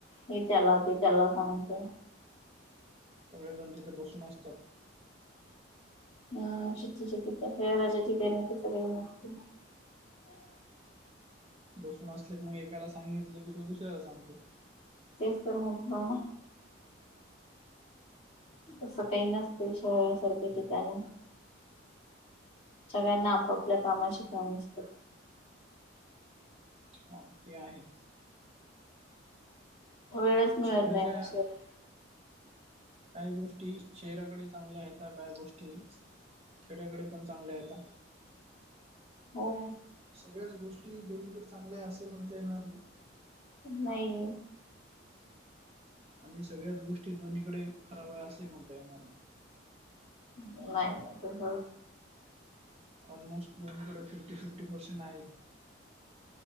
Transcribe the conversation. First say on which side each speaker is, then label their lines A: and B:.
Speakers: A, on the left; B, on the right.
A: ही त्याला ती त्याला सांगते.
B: सगळे जण तिथे बसून असतात.
A: हम् ेटी शहराच्या ठिकाणी ते सगळी मस्त. ह.
B: बसून असले की मग एकाला सांग घितले की तो दुसऱ्याला सांगतो.
A: तेसर मोठलामा. तसं काही नसत शहरासारख्या ठिकाणी सगळ्यांना आपापल्या कामाशीिकन असतो.
B: ह ते आहे.
A: वेळच. मिळत
B: ेजेजया.
A: नाही ना शहरात
B: काय गोष्टी चेहरा्याकडे चांगल्या आहेत त्या काय गोष्टी खेड्याकडे पण चांगले आहेतता.
A: हो.
B: सगळ्याच गोष्टी दोन्हीकडे चांगल्या आहे असेही म्हणतय नामही
A: नाही.
B: आणि सगळ्याच गोष्टी दोन्हीकडे खराब आहे असेही म्हणता येणार नाही.
A: नाही नाही त हो.
B: ऑलमोस्ट दोनकडे फिफ्टी फिफ्टी पर्सेंट आहे.